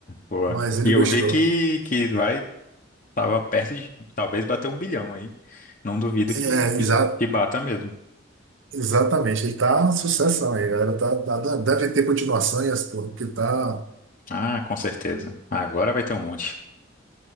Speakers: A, on the left; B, on the right.
A: Boa.
B: Mas ele
A: E eu
B: gostou.
A: vi que, que vai, tava perto de talvez bater o bilhão aí. Não duvido
B: É,
A: que, que,
B: exa-
A: que bata mesmo.
B: exatamente, ele tá uma sucessão aí, galera. Tá, tá- deve ter continuação e as porra, porque tá.
A: Ah, com certeza. Agora vai ter um monte.